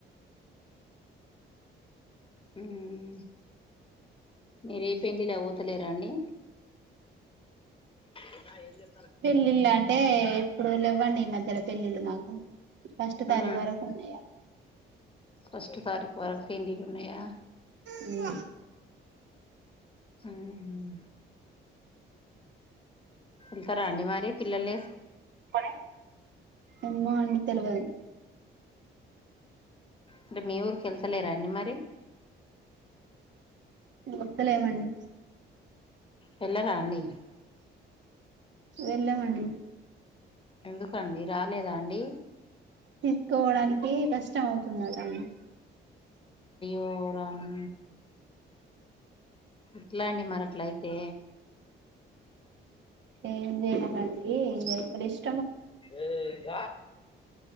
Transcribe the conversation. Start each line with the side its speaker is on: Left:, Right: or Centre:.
Left: హ్మ్ మీరే పెండ్లిళ్ళలకి పోతలేర అండి. ఏకా ఏంజే
Right: పెళ్లిళ్ళ అంటే ఇప్పుడులు లెవ్వండి ఈ మధ్య పెళ్ళిలు మాకు ఫస్ట్ తారీఖు
Left: ఆ
Right: వరకు ఉన్నాయట
Left: ఫస్ట్ తారీఖు వరకు పెళ్ళిలు ఉన్నాయా
Right: హుమ్
Left: హమ్ వెళ్తారా అండి మారి పిల్లలే
Right: పోనీ ఏమో అండి తెలువది
Left: అంటే మీ ఊరికి వెళ్తలేరా అండి మరి
Right: పోతలేమండి
Left: వెళ్ళరా అండి
Right: వెళ్లమండి
Left: ఎందుకండి రాలేదా అండి
Right: తీస్కపోడానికి కీ కష్టమవుతుందట అండి
Left: ఓ రామా ఎట్ల అండి మరి అట్లయితే
Right: ఏం జేయాలండి ఇంగ ఇంగలిష్
Left: ఏ ఇ చ